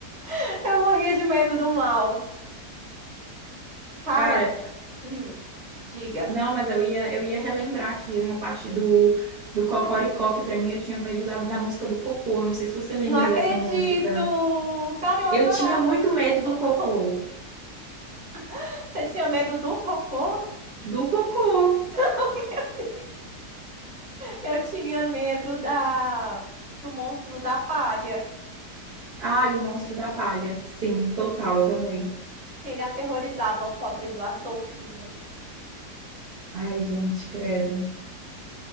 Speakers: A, on the right (about 30°); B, on the right (about 50°).
A: <laughs> eu morria de medo do mal. Cara,
B: <laughs> Cara,
A: hum, diga.
B: não, mas eu ia eu ia relembrar aqui uma parte do do Cocoricó, que pra mim eu tinha medo da, da música do Cocô, Eu não sei se você lembra
A: Não acredito!
B: dessa música.
A: Cara, eu adorava
B: Eu tinha muito
A: a música
B: medo
A: do Cocô.
B: do Cocô.
A: <laughs> Você tinha medo do Cocô?
B: Do Cocô.
A: <laughs> Meu Deus. Eu tinha medo da do monstro da palha,
B: Ai, o Monstro da Palha. Sim, total, eu também.
A: que ele aterrorizava o pobre do Astolfinho.
B: Ai, gente, credo.